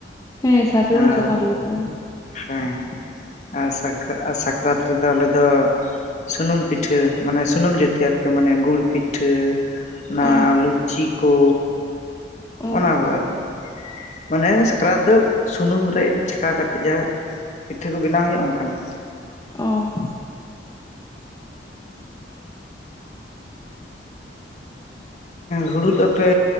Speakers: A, on the left; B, on the left.
A: ᱦᱮᱸ ᱥᱟᱨᱡᱚᱢ
B: ᱟᱨ
A: ᱥᱟᱠᱟᱢ ᱨᱮᱜᱮᱛᱚ
B: ᱦᱮᱸ ᱟᱨ ᱥᱟᱠ ᱥᱟᱠᱨᱟᱛ ᱨᱮᱫᱚ ᱟᱞᱮ ᱫᱚ ᱥᱩᱱᱢ ᱯᱤᱴᱷᱟᱹ ᱢᱟᱱᱮ ᱥᱩᱱᱩᱢ ᱡᱟᱛᱤ ᱟᱨᱠᱤ ᱢᱟᱱᱮ ᱜᱩᱲ ᱯᱤ ᱴᱷᱟᱹ ᱚᱱᱟ
A: ᱚ
B: ᱞᱩᱪᱤ ᱠᱚ
A: ᱚ
B: ᱚᱱᱟ ᱠᱚ ᱟᱨᱠᱤ ᱢᱟᱱᱮ ᱥᱟᱠᱨᱟᱛ ᱫᱚ ᱥᱩᱱᱩᱢ ᱨᱮ ᱪᱷᱟᱠᱟᱣ ᱠᱟᱛᱮᱫ ᱡᱟᱦᱟᱸ ᱯᱤᱴᱷᱟᱹ ᱠᱚ ᱵᱮᱱᱟᱣ ᱦᱩᱭᱩᱜᱼᱟ ᱚᱱᱠᱟᱱᱟᱜ
A: ᱚ
B: ᱦᱩᱲᱩ ᱫᱚᱯᱮ